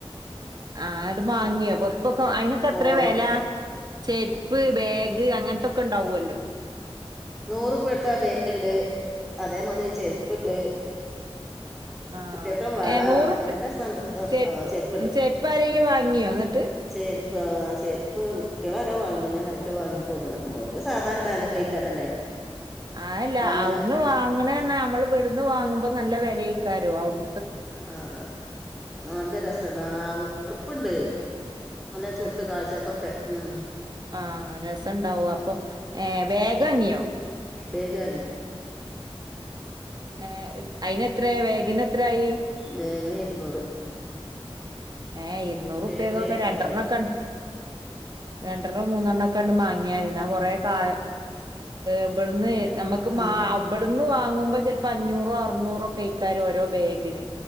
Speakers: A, on the right; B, in the centre.
A: ആ ഇങ്ങട്ട് മാങ്ങ്യ. പൊതപ്പൊക്കെ അയിനൊക്കെ എത്ര
B: ബോധം
A: വില ചെരുപ്പ് ബാഗ് അങ്ങനത്തൊക്കെ ഇണ്ടാവല്ലോ
B: നൂറുപ്പ്യ കൊടുത്താ ബേഗുണ്ട് അതേമാതിരി ചെരുപ്പുണ്ട്
A: ആ
B: കുട്ടിയാക്ക് വള
A: ഏഹ് ഉറുപ്യ
B: എല്ലാ സനം ഇണ്ട്
A: ചെരുപ്പ്
B: ചെരുപ്പുണ്ട്
A: ചെരുപ്പ് ആരെങ്കിലും വാങ്ങിയോ എന്നിട്ട്?
B: ചേരുപ്പ് ആ ചേരുപ്പ് കുട്ടിയാള് ആ വാങ്ങിണ് ആരൊക്കെ വാങ്ങി പോന്ന്ണ് ഓൽക്ക് സാധാരണ ഇടാനെ ഉപയേഗിക്കാനല്ലേ
A: ഏഹ് അതല്ല
B: വാങ്ങീണ്
A: അവിടുന്ന് വാങ്ങണേന്നാ നമ്മള് ഇവിടുന്ന് വാങ്ങുമ്പോ നല്ല വെല ആയിക്കാരം അവിടു
B: ആഹ് നല്ല രസണ്ട് ഒറപ്പുണ്ട് നല്ല ചുറുക്ക് കാഴ്ചക്കൊക്കെ ഉം
A: ആഹ് രസംണ്ടാവും അപ്പൊ ഏഹ് ബാഗ് വാങ്ങിയോ
B: ബേഗാങ്ങി.
A: ഏഹ് അയിന് എത്ര ബേഗന് എത്രായി
B: ബോഗന് ഇരുന്നൂറ്
A: ഏഹ് ഇരൂനൂറുപ്പക്കൊക്കെ
B: ബേഗിന് ഇരുന്നൂറായി
A: രണ്ടെരണ്ണം ക്കെണ്ട് രണ്ടെണ്ണം മൂന്നെണ്ണം ഒക്കൊണ്ട് മാങ്ങിയുന്ന കൊറെ കാ ഇവിടുന്ന് നമ്മക്ക്
B: ഉം
A: ഇവിടുന്ന് വാങ്ങുമ്പോ ചിലപ്പോ അഞ്ഞൂറോ അറുന്നൂറോ ഒക്കെ അയ്ക്കാരം ഓരോ ബേഗിന്